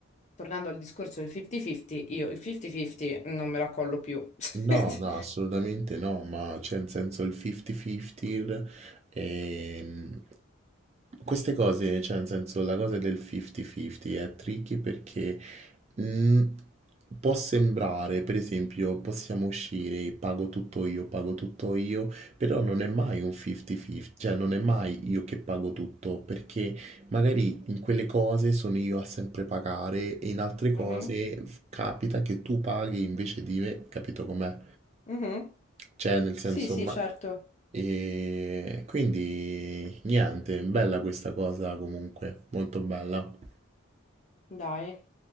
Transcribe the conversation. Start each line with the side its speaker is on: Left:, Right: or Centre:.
Left: tornando al discorso del 50-50, io il 50-50 non me la collo più. <laughs>
Right: No, no, assolutamente no, ma c'è in senso il 50-50, ehm, queste cose, cioè nel senso la cosa del 50-50 è tricky perché mm, può sembrare, per esempio, possiamo uscire, pago tutto io, pago tutto io, però non è mai un 50-50, cioè non è mai io che pago tutto, perché magari in quelle cose sono io a sempre pagare e in altre cose
Left: Mhm,
Right: f- capita che tu paghi invece di me, capito com'è?
Left: mhm.
Right: Cioè, nel senso,
Left: Sì, sì,
Right: ma...
Left: certo,
Right: E quindi niente, bella questa cosa comunque, molto bella.
Left: dai.